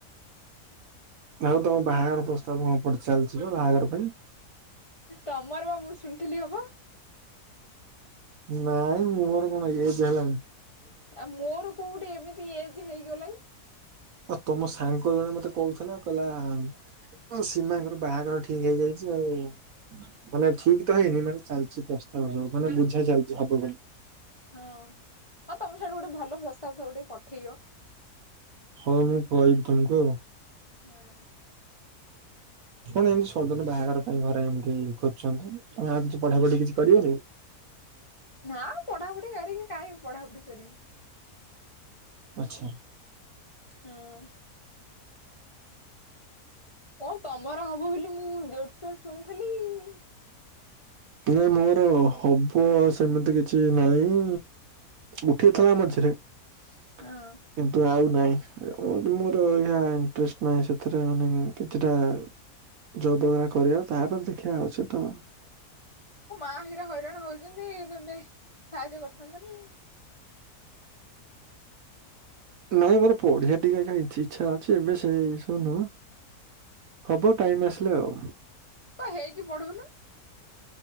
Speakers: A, on the right (about 65°); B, on the left (about 35°).
A: ଆଉ ତମ ବାହାଘର ପ୍ରସ୍ତାବ କଅଁ କୁଆଡ଼େ ଚାଲିଛି ବା ବାହାଘର ପାଇଁ।
B: ତମର ମୁଁ ଶୁଣିଥିଲି ହବ।
A: ନାଇଁ ମୋର କଣ ଇଏ ଯେ ହେଲଣିି।
B: ଆଉ ମୋର କୋଉଠି ଏମିତି ଏଜ ହେଇଗଲାଣି।
A: ଆଉ ତମ ସାଙ୍ଗ ଜଣେ ମତେ କହୁଥିଲା କହିଲା ଆ ସୀମାଙ୍କର ବାହାଘର ଠିକ ହେଇଯାଇଛି ଆଉ ମାନେ ଠିକ ତ ହେଇନି ମାନେ ଚାଲିଛି ପ୍ରସ୍ତାବ ସବୁ ମାନେ ବୁଝା ଚାଲିଛି ହବ ବୋଲି।
B: ହଁ ହଁ ତମ ସେଇଠୁ ଗୋଟେ ଭଲ ପ୍ରସ୍ତାବ ସବୁ ଟିକେ ପଠେଇବ।
A: ହଁ ମୁଁ କହିବି ତମକୁ ଆଉ।
B: ହଁ।
A: କଣ ଏମିତି ସଡନ ବାହାଘର ପାଇଁ ଘରେ ଏମିତି ଖୋଜୁଛନ୍ତି ତମେ ଆଉ କିଛି ପଢା ପଢି କିଛି କରିବନି?
B: ନା ପଢାପଢି କରିକି କାଇହିଁି ପଢ଼ାପଢି କରିବି।
A: ଆଛା।
B: ହୁଁ। ଓ ତମର ହବ ବୋଲି ମୁଁ ଜୋରସୋର୍ ଶୁଣିଥିଲି।
A: ନାଇ ମୋର ହବ ସେମିତି କିଛି ନହିଁ ଉଠିଥିଲା ମଝିରେ କିନ୍ତୁ
B: ହଁ।
A: ଆଉ ନାଇଁ। କିନ୍ତୁ ମୋର ଆଜ୍ଞା ଇଣ୍ଟେଷ୍ଟ ନାହିଁ ସେଥିରେ ମାନେ କେତେଟା। ଚଉଦବଖରା କରିବା ତାପରେ ଦେଗୁଆ ଅଛି ତ।
B: ମୋ ମା ହେଲା ହଇରାଣ ହଉଛନ୍ତି ତୁଟେ ସାହାଯ୍ୟ କରିଥାନ୍ତ ନା।
A: ନାଇଁ ମୋର ପଢିଆ ଟିକେ କାହିଁ ଇଚ୍ଛା ଅଛି ଏବେ ସେ ଜିନିଷ ନୁହଁ। ହବ ଟାଇମ ଆସିଲେ ଆଉ।
B: ହ ହେଇଟି ପଢୁନା।